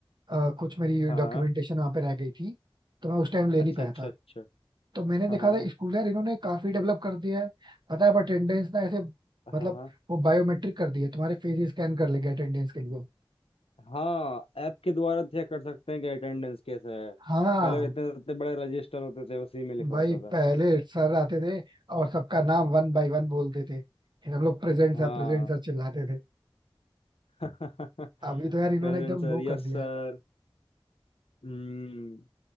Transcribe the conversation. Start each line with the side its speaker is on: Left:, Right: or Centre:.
Right: अ, कुछ मेरी
Left: हाँ
Right: डॉक्यूमेंटेशन
Left: हाँ
Right: वहाँ पे रह गई थी तो मैं उस टाइम ले
Left: अच्छा
Right: नहीं पाया
Left: अच्छा
Right: था
Left: अच्छा
Right: तो मैंने देखा
Left: हाँ हाँ
Right: था स्कूल यार इन्होंने काफी डेवलप कर दिया है पता है अब अटेंडेंस ना ऐसे मतलब
Left: हाँ
Right: वो बायोमेट्रिक कर दी है तुम्हारे फेस स्कैन कर लेंगे अटेंडेंस के लिए
Left: हाँ ऐप के द्वारा चेक कर सकते हैं कि अटेंडेंस कैसा है
Right: हाँ
Left: पहले इतने इतने बड़े रजिस्टर होते थे उसी में लिखा
Right: भाई
Left: होता था
Right: पहले सर आते थे और सबका नाम वन बाय वन बोलते थे फिर हम लोग प्रेजेंट सर
Left: हाँ
Right: प्रेजेंट सर चिल्लाते थे
Left: <laughs>
Right: अभी तो यार इन्होंने
Left: Present
Right: एकदम
Left: sir
Right: वो कर
Left: yes
Right: दिया
Left: sir
Right: है
Left: हम्म